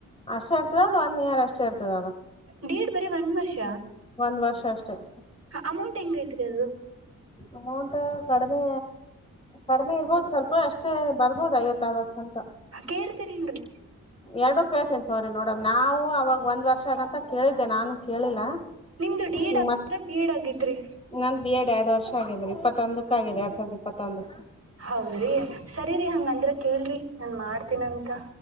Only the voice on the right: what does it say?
ಡಿ ಎ ಡಿ ಬರೇ ಒನ್ ವರ್ಷ
ಅಮೌಂಟ್ ಹೆಂಗಐತ್ರಿ ಅದು
ಹ ಕೇಳ್ತೀರ ಏನ್ರರಿ
ನಿಂದು ಡೀಡಾಗಿದ್ದ
ಬೀ ಎಡ್ ಆಗೇತೀರಿ
ಹೌದ್ರಿ ಸರಿರಿ ಹಂಗಂದ್ರ ಕೇಳ್ರಿ ನಾನ್ ಮಾಡ್ತೀನಂತ